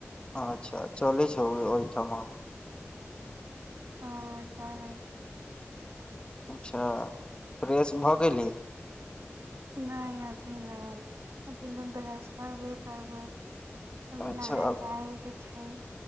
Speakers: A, on the left; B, on the right.
A: अच्छा चलै छ ओहिठाम
B: ह चलै छै
A: अच्छा फ्रेश भऽ गेली
B: नय अभी नय अभी त बश करबे करबै अभी
A: अच्छा
B: नहा जाय के छै